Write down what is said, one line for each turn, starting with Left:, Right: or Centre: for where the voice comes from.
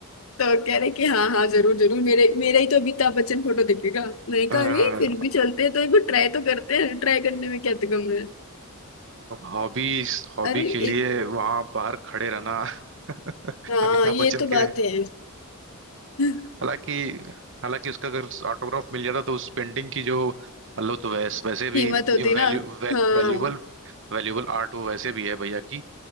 Left: तो कह रहे कि हाँ हाँ जरूर जरूर मेरे मेरा ही तो अमिताभ बच्चन फोटो दिखेगा मैंने
Right: <laughs>
Left: कहा अरे फिर भी चलते हैं तो एक बार ट्राई तो करते हैं ट्राई करने में क्या गम है
Right: हॉबी हॉबी
Left: अरे
Right: के लिए
Left: एक
Right: वहां बाहर खड़े रहना <laughs>
Left: हाँ
Right: अमिताभ
Left: ये
Right: बच्चन
Left: तो
Right: के
Left: बात है <laughs>
Right: हालांकि हालांकि उसका अगर ऑटोग्राफ मिल जाता तो उस पेंटिंग की जो मतलब तो वैस, वैसे
Left: कीमत
Right: भी
Left: होती
Right: वैल्यू
Left: ना
Right: वैल्यूबल
Left: हाँ
Right: वैल्यूबल आर्ट वो वैसे भी है भैया की